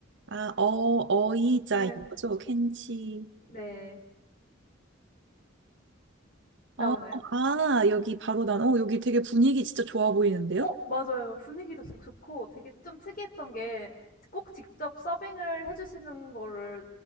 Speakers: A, on the right (about 65°); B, on the left (about 45°).
A: 아, 어, 어이자인
B: 네.
A: 거죠? 켄치.
B: 네. 나오나요?
A: 어, 아, 여기 바로 난, 어, 여기 되게 분위기 진짜 좋아 보이는데요?
B: 어 맞아요. 분위기도 좋 좋고 되게 좀 특이했던 게 꼭 직접 서빙을 해 주시는 거를